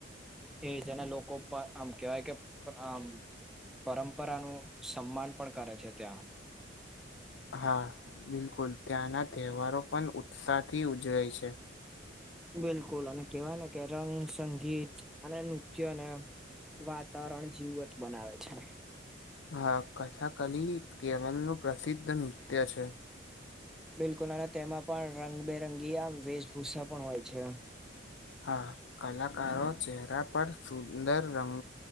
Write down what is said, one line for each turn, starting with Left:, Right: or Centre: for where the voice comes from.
Centre: એ જેના લોકો પણ આમ કેવાય કે આમ પરંપરાનું સન્માન પણ કરે છે ત્યાં
Left: હા બિલકુલ ત્યાંના તહેવારો પણ ઉત્સાહથી ઉજવાય છે.
Centre: બિલકુલ અને કેહેવાય ને કેરલ નુ સંગીત અને નૃત્યને વાતાવરણ જીવત બનાવે છે.
Left: હા કથકલી કેરલ નું પ્રસિદ્ધ નૃત્ય છે.
Centre: બિલકુલ અને તેમાં પણ રંગબેરંગી આમ વેશભૂષા પણ હોય છે.
Left: હા કલાકારો ચહેરા પર સુંદર રંગ